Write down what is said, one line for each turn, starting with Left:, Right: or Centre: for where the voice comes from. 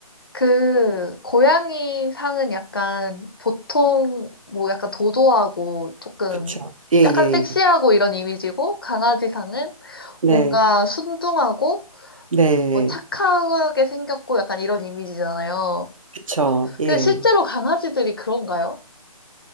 Left: 그, 고양이 상은 약간 보통 뭐 약간 도도하고 조금
Right: 그렇죠. 예, 예,
Left: 약간 섹시하고
Right: 예.
Left: 이런 이미지고 강아지 상은
Right: 네,
Left: 뭔가 순둥하고
Right: 네,
Left: 뭐 착하게 생겼고 약간 이런 이미지잖아요.
Right: 그렇죠. 예.
Left: 그 실제로 강아지들이 그런가요?